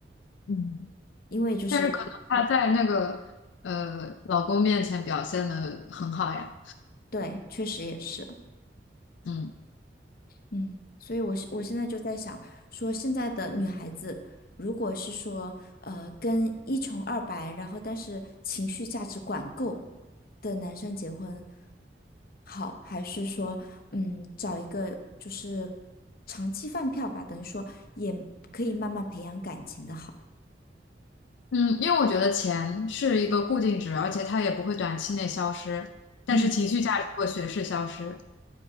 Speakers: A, on the left; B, on the left.
A: 嗯。
B: 因为就是
A: 但是可能他在那个呃老公面前表现的很好呀，
B: 对，确实也是，
A: 嗯
B: 嗯，所以我是我现在就在想，说现在的女孩子，如果是说呃跟一穷二白，然后但是情绪价值管够的男生结婚好，还是说嗯找一个就是长期饭票吧，等于说也可以慢慢培养感情的好，
A: 嗯，因为我觉得钱是一个固定值，而且它也不会短期内消失，但是情绪价值会随时消失，
B: 嗯，